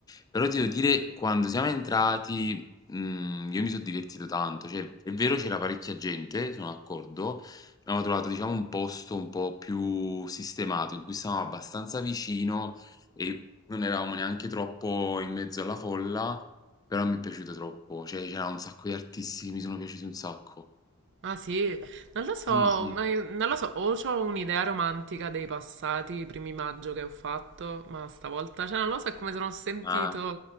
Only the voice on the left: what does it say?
Però ti devo dire, quando siamo entrati, mm, io mi sono divertito tanto. Cioè, è vero, c'era parecchia gente, sono d'accordo. Abbiamo trovato, diciamo, un posto un po' più sistemato, in cui stavamo abbastanza vicino e non eravamo neanche troppo in mezzo alla folla però mi è piaciuto troppo, cioè c'era un sacco di artisti che mi sono piaciuti un sacco.
Sì,
sì.
Ma,